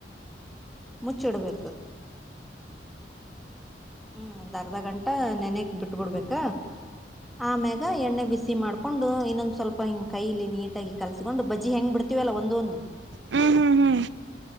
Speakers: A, in the centre; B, on the right (about 85°).
A: ಮುಚ್ಚಿಡ್ಬೇಕು
B: ಹ
A: ಹ್ಮ್ ಒಂದ್ ಅರ್ಧ ಗಂಟೆ ನೆನಕ್ ಬಿಟ್ಬಿಡ್ಬೇಕ ಆಮ್ಯಾಗ ಎಣ್ಣೆ ಬಿಸಿ ಮಾಡ್ಕೊಂಡು ಇನ್ನೊಂದ ಸ್ವಲ್ಪ ಹಿಂಗ್ ಕೈಯಲಿ ನೀಟಾಗಿ ಕಲ್ಸಕೊಂಡು ಬಜ್ಜಿ ಹೆಂಗ್ ಬಿಡ್ತೀವಲ್ಲ ಒಂದೊಂದು
B: ಹ್ಮ್ ಹ್ಮ್ ಹ್ಮ್